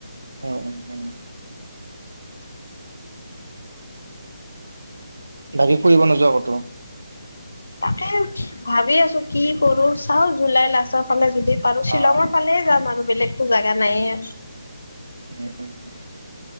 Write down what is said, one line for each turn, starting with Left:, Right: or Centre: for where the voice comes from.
Right: উম উম। বাকী ফুৰিব নোযোৱা ক'তো?
Left: তাকে ভাৱি আছো কি কৰো, চাওঁ জুলাই লাষ্টৰ ফালে যদি পাৰোঁ শ্বিলংৰ
Right: অ
Left: ফালে যাম আৰু বেলেগতো জোগা নাইয়ে।
Right: উম', উম'।